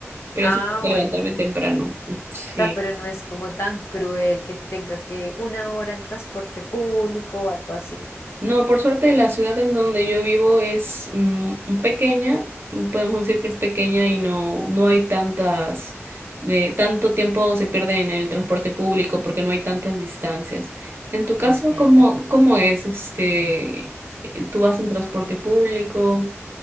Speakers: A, on the right; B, on the left.
A: pero
B: Ah,
A: sí tengo que
B: bueno.
A: levantarme temprano. Sí.
B: O sea, pero no es como tan cruel que tenga que una hora en transporte público o algo así.
A: No, por suerte la ciudad en donde yo vivo es mm, pequeña, podemos decir que es pequeña y no, no hay tantas, de, tanto tiempo se pierde en el transporte público porque no hay tantas distancias. En tu caso,
B: Te entiendo.
A: ¿cómo, cómo es este? eh, ¿Tú vas en transporte público?